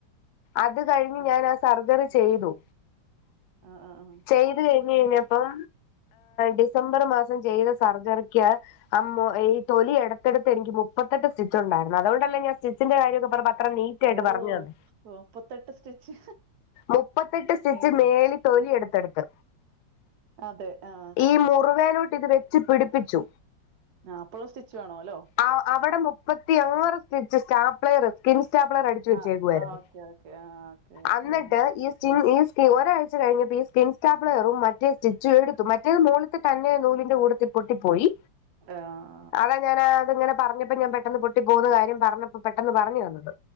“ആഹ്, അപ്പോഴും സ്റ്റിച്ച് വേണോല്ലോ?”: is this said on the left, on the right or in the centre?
Right